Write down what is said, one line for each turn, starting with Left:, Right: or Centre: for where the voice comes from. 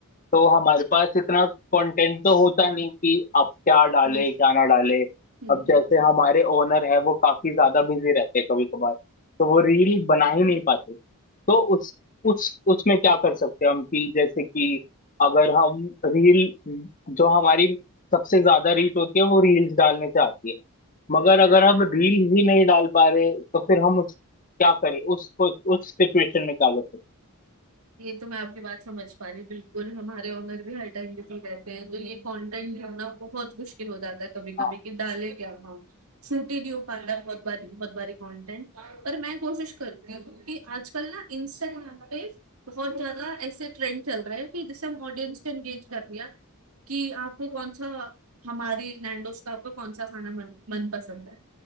Left: तो हमारे पास इतना कंटेंट तो होता नहीं कि अब क्या डाले
Right: हम्म
Left: क्या ना डाले
Right: हम्म
Left: अब
Right: हम्म
Left: जैसे
Right: हम्म,
Left: हमारे ओनर है वो काफी ज्यादा बिजी रहते हैं कभी कभार तो वो रील बना ही नहीं पाते तो
Right: हम्म,
Left: उस उस उसमें क्या कर सकते हैं हम कि जैसे कि अगर हम रील जो हमारी सबसे ज्यादा रीच होती है वो रील्स डालने से आती है
Right: हम्म।
Left: मगर अगर हम रील ही नहीं डाल पा रहे तो फिर हम उस क्या करें उस उस सिचुएशन में क्या कर सकते
Right: ये तो मैं आपकी बात समझ पा रही हूँ बिल्कुल हमारे ओनर भी हर टाइम बिजी रहते हैं तो ये कंटेंट ढूंढना बहुत मुश्किल हो जाता है कभी कभी
Left: हैं हाँ
Right: कि डाले क्या हम शूट ही नहीं हो पाता बहुत बारी बहुत बारी कंटेंट पर मैं कोशिश करती हूँ कि आजकल ना इंस्टाग्राम पे बहुत ज्यादा ऐसे ट्रेंड चल रहे हैं कि जिससे हम ऑडियंस को एंगेज कर दिया कि आपको कौन सा हमारी नैंडोस का आपको कौन सा खाना मन, मन पसंद है